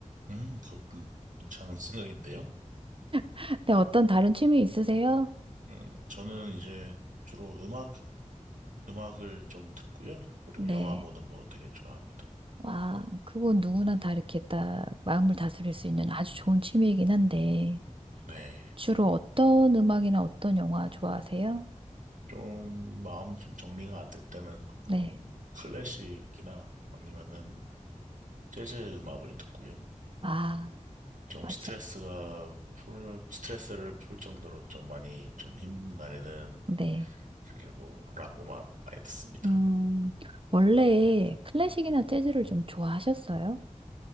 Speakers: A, on the right; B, on the right.
A: 음, 그것도 괜찮은 <laughs> 생각인데요?
B: <laughs> 네, 어떤 다른 취미 있으세요?
A: 음, 저는 이제 주로 음악, 음악을 좀 듣고요. 그리고
B: 네.
A: 영화 보는 거 되게 좋아합니다.
B: 와, 그건 누구나 다 이렇게 딱 마음을 다스릴 수 있는 아주 좋은 취미이긴 한데,
A: 네.
B: 주로 어떤 음악이나 어떤 영화 좋아하세요?
A: 좀 마음 정리가 안 될 때는 보통
B: 네.
A: 클래식이나 아니면은 재즈 음악을 듣고요.
B: 아,
A: 좀
B: 맞아요.
A: 스트레스가 풀, 스트레스를 풀 정도로 좀 많이 좀 힘든 날에는
B: 네.
A: 이제 뭐 락 음악 많이 듣습니다.
B: 음, 원래 클래식이나 재즈를 좀 좋아하셨어요?